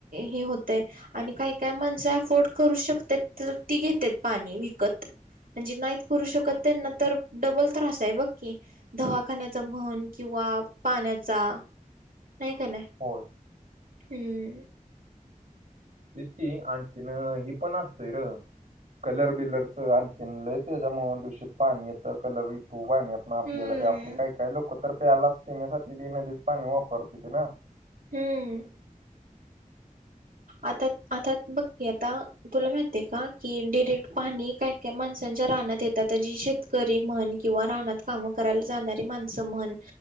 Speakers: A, on the right; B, on the right.
A: ह होत आहे आणि काही काय माणसं अफोर्ड करू शकतात तर ती घेतेत पाणी विकत म्हणजे नाहीत करू शकत त्यांना तर डबल त्रास आहे बघ की दवाखान्याचा म्हण किंवा पाण्याचा नाही का नाही
B: होय
A: हम्म
B: तकी आणखीन ही पण असतय र कलर बिलरच आणखीनलंय त्याच्यामुं दिवशीित पाणी येतं कलर तू पाणी आपण आपल्याला
A: हम्म
B: प आपल्या काही काय लोक तर प्यालाच पिण्यासाठी त नदीच पाणी वापरते ते ना
A: हम्म आता आता बघ आता तुला माहितीय का की डिरेक्ट पाणी काय माणसांच्या रानात येतात जी शेतकरी म्हण किंवा, रानात कामं करायला जाणारी माणसं म्हण